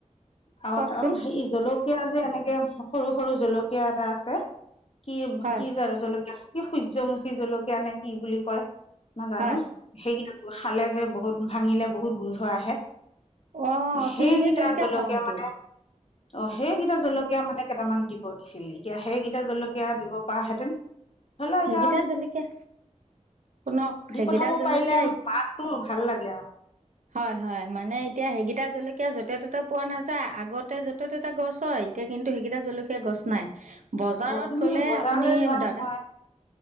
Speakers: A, on the left; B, on the right.
A: আৰু
B: কওকচোন
A: ত হে জলক সেয়া যে এনেকে সৰু সৰু জলকীয়া এটা আছে, কি
B: হয়
A: কি জলকীয়া কি সূৰ্যমুখী জলকীয়া নে কি বুলি কয় নাজানো,
B: হয়
A: সেই কেইটা খালে যে বহুত ভাঙিলে বহুত গুন্ধ আহে।
B: অঁ
A: সেইকেইটা
B: ফিৰিঙি
A: জলকীয়া
B: কওঁ সেইটো
A: মানে অঁ সেইকেইটা জলকীয়া মানে কেইটামান দিব দিছিল, এতিয়া সেইকেইটা জলকীয়া দিব পৰাহেঁতেন। হলো
B: সেইকেইটা
A: এতিয়া
B: জলকীয়া শুনক
A: দি
B: সেইকেইটা
A: পঠাব
B: জলকীয়া
A: পাৰিলে মাকটো ভাল লাগে আৰু।
B: হয় হয় মানে এতিয়া সেইকেইটা জলকীয়া য'তে ত'তে পোৱা নাযায়, আগতে য'তে ত'তে গছ হয়। এতিয়া কিন্তু সেইকেইটা জলকীয়া গছ নাই, বজাৰত
A: অ তুমি
B: গ'লে
A: বজাৰলৈ
B: আপুনি
A: যোৱা নহয়
B: দাদা